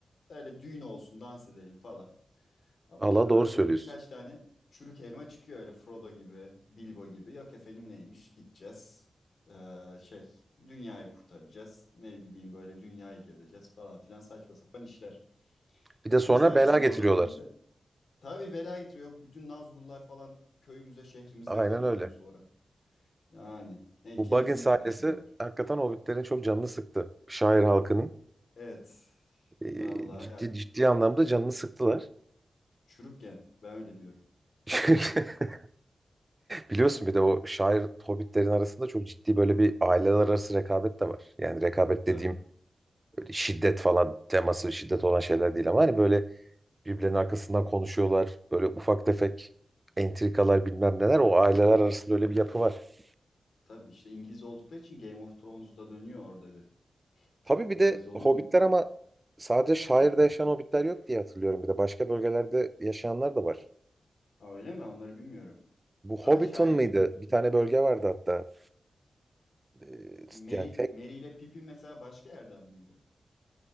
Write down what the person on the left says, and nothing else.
Öyle düğün olsun, dans edelim falan. Ama
işte arada
böyle birkaç tane çürük elma çıkıyor öyle Frodo gibi, Bilbo gibi. Yok efendim neymiş gideceğiz. Ee, şey dünyayı kurtaracağız. Ne bileyim böyle dünyayı gezeceğiz falan filan saçma sapan işler.
Kimi seversin
Lord of the Rings'de? Tabii bela getiriyor. Yok bütün Nazgullar falan köyümüze, şehrimize
dadanıyor
sonra. Yani ne
keyfimizi
kaçırıyorlar.
Evet.
Vallahi
ya bir
çürükken ben öyle diyorum.
Tabii.
Tabii işte İngiliz oldukları için Game of Thrones'da dönüyor orada bir.
Dönmez
olur
mu?
Ha, öyle mi? Onları bilmiyorum.
Ama
şair
Mary,
Mary ile Pippin mesela başka yerden miydi?